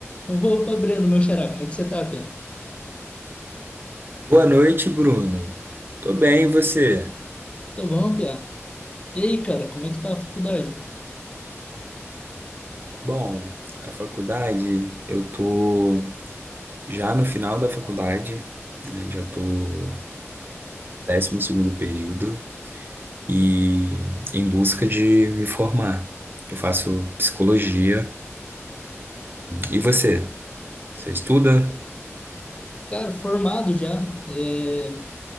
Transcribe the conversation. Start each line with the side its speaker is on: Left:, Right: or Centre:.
Left: Opa, Breno, meu xará, como é que você tá, Pia?
Right: Boa noite, Bruno. Tô bem, e você?
Left: Tô bom, Pia. E aí, cara, como é que tá a faculdade?
Right: Bom, a faculdade, eu tô já no final da faculdade, né? Já tô no 12º período e em busca de me formar. Eu faço psicologia. E você? Você estuda?
Left: Cara, formado já. É,